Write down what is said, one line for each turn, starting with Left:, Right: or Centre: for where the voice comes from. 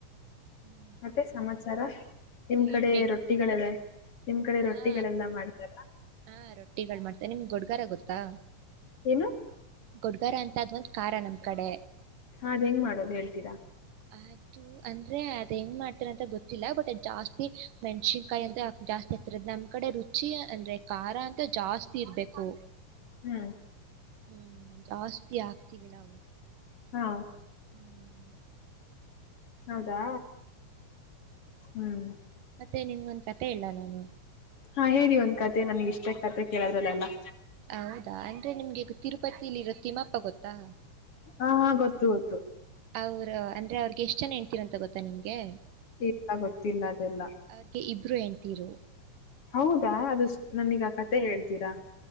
Right: ಹ್ಮ್.
Left: ಮತ್ತೆ ಸಮಾಚಾರ. ನಿಮ್
Right: ಹೇಳ್ಬೇಕು
Left: ಕಡೆ ರೊಟ್ಟಿಗಳೆಲ್ಲ ನಿಮ್ ಕಡೆ
Right: ಹಾ
Left: ರೊಟ್ಟಿಗಳೆಲ್ಲ ಮಾಡ್ತಾರ.
Right: ಹಾ ರೊಟ್ಟಿಗಳು ಮಾಡ್ತಾರೆ ನಿಮ್ಗೆ ಗುಡ್ಗಾರ ಗೊತ್ತಾ.
Left: ಏನು
Right: ಗುಡ್ಗಾರ ಅಂತ ಅದ್ ಒಂದ್ ಖಾರ ನಮ್ ಕಡೆ
Left: ಹಾದ್ ಹೆಂಗ್ ಮಾಡೋದು ಹೇಳ್ತೀರಾ.
Right: ಅದು ಅಂದ್ರೆ ಅದ ಹೆಂಗ ಮಾಡ್ತಾರ ಅಂತ ಗೊತ್ತಿಲ್ಲ ಬಟ್ ಜಾಸ್ತಿ ಮೆಣಸನ್ಕಾಯಿ ಅಂತ ಜಾಸ್ತಿ ಆಗ್ತರ ನಮ್ ಕಡೆ ರುಚಿ ಚ್ಚಿ ಅಂದ್ರೆ ಖಾರ ಅಂತ ಜಾಸ್ತಿ ಇರ್ಬೇಕು.
Left: ಹ್ಮ್
Right: ಹ್ಮ್ ಜಾಸ್ತಿ ಆಗ್ತೀವಿ ನಾವು
Left: ಹಾ
Right: ಹ್ಮ್
Left: ಹೌದಾ ಹ್ಮ್
Right: ಮತ್ತೆ ನಿಮಗೊಂದ್ ಕತೆ ಹೇಳಲ್ಲ ನಾನು.
Left: ಹಾ ಹೇಳಿ ಒಂದ್ ಕತೆ ನನ್ಗ್ ಇಷ್ಟ ಕತೆ ಕೇಳೋದ್ರಲ್ಲೆಲ್ಲಾ.
Right: ಹೌದಾ ಅಂದ್ರೆ ನಿಮ್ಗೆ ತಿರುಪತಿಲಿ ಇರೋ ತಿಮ್ಮಪ್ಪ ಗೊತ್ತಾ.
Left: ಹಾ ಹಾ ಗೊತ್ತು ಗೊತ್ತು.
Right: ಅವರು ಅಂದ್ರೆ ಅವ್ರಗೆ ಎಷ್ಟ್ ಜನ ಹೆಂಡ್ತಿರ್ ಅಂತ ಗೊತ್ತಾ ನಿಮ್ಗೆ.
Left: ಈಗ ಗೊತ್ತಿಲ್ಲ ಅದೆಲ್ಲ.
Right: ಅವ್ರಿಗೆ ಇಬ್ಬರು ಹೆಂಡ್ತೀರು.
Left: ಹೌದಾ ಅದುಷ್ಟ ನನೀಗ ಕತೆೆ ಹೇಳ್ತೀರಾ.